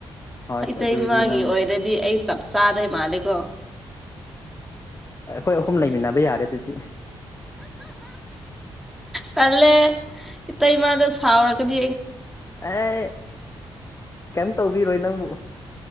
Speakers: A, on the left (about 25°); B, in the centre.
A: ꯍꯣꯏ
B: ꯑꯩ ꯏꯇꯩ
A: ꯑꯗꯨꯗꯤ
B: ꯏꯃꯥꯒꯤ
A: ꯅꯪ
B: ꯑꯣꯏꯔꯗꯤ ꯑꯩ ꯆꯞ ꯆꯥꯗꯣꯏ ꯃꯥꯂꯦꯀꯣ
A: ꯑꯩꯈꯣꯏ ꯑꯍꯨꯝ ꯂꯩꯃꯤꯟꯅꯕ ꯌꯥꯔꯦ ꯑꯗꯨꯗꯤ
B: ꯇꯜꯂꯦ ꯏꯇꯩꯃꯥꯗ ꯁꯥꯎꯔꯒꯗꯤ
A: ꯑꯦ ꯀꯩꯝ ꯇꯧꯕꯤꯔꯣꯏ ꯅꯪꯕꯨ